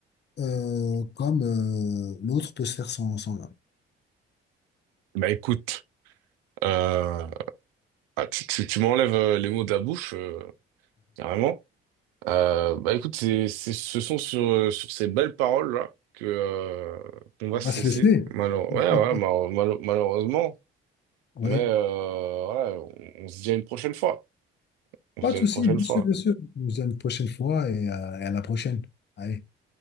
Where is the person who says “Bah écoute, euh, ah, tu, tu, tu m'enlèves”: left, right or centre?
Right